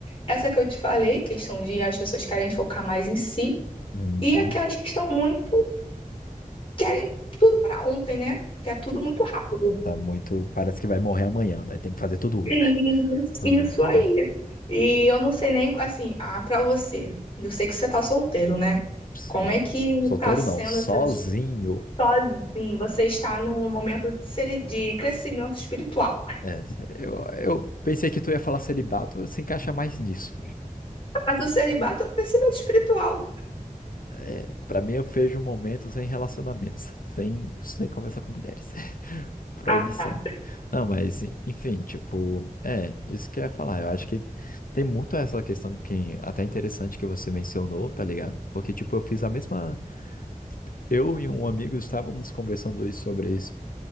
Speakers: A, on the left; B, on the left.
A: Essa que eu te falei, questão de as pessoas querem focar mais em si,
B: Uhum.
A: e aquelas que estão muito, querem tudo para ontem, né? Quer tudo muito rápido.
B: Tá muito. Parece que vai morrer amanhã, daí tem que fazer tudo hoje.
A: Isso,
B: Aham,
A: isso aí. E eu não sei nem, assim, ah, pra você, eu sei que você tá solteiro, né?
B: Sim.
A: Como é que
B: Solteiro
A: tá sendo
B: não, sozinho.
A: essas sozinho? Você está num momento de celi- de crescimento espiritual.
B: É, eu, eu pensei que tu ia falar celibato, se encaixa mais nisso.
A: Mas o celibato é um crescimento espiritual.
B: É, para mim, eu vejo um momento sem relacionamentos, sem, sem conversar com mulheres. <laughs> Proibição.
A: Ah, tá.
B: Não, mas, enfim, tipo, é, isso que eu ia falar. Eu acho que tem muito essa questão que até interessante que você mencionou, tá ligado? Porque, tipo, eu fiz a mesma. Eu e um amigo estávamos conversando isso sobre isso,